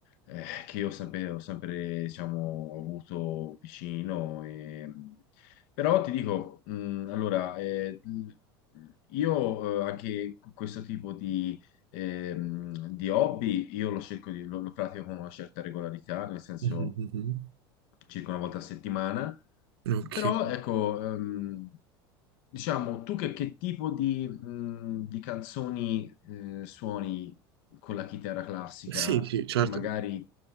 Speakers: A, on the left; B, on the right.
A: eh, che io ho sempre, ho sempre, diciamo, avuto vicino. e- Però ti dico, mh, allora, eh, io eh, anche questo tipo di, ehm, di hobby, io lo cerco di, lo, lo pratico con una certa regolarità, nel senso
B: Mhm, mhm,
A: circa una volta a settimana.
B: mhm. Ok.
A: Però ecco, ehm, diciamo, tu che, che tipo di, mh, di canzoni eh, suoni con la chitarra classica
B: Sì, sì, certo.
A: che magari